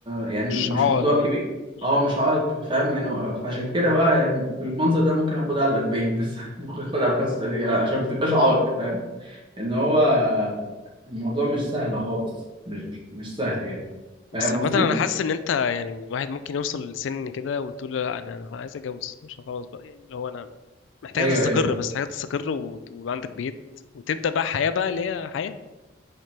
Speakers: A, on the right (about 25°); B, on the left (about 75°).
A: يعني
B: مش
A: مش
B: عائق
A: موضوع كبير
B: يعني
A: اه مش عائق فاهم يعني فعشان كده بقى يعني بالمنظر ده ممكن اخدها على 40 بس <laughs> ممكن اخدها على 35 عشان ما تبقاش عائق فاهم ان هو الموضوع مش سهل خالص مش مش مش سهل يعني
B: بس
A: فاهم
B: عامة
A: قصدي؟
B: أنا حاسس إن أنت يعني الواحد ممكن يوصل لسن كده وتقول له لا أنا أنا عايز أتجوز عشان خلاص بقى يعني اللي هو أنا محتاج
A: ايوه
B: تستقر
A: ايوه
B: بس محتاج تستقر وت- ويبقى عندك بيت وتبدأ بقى حياة بقى اللي هي حياة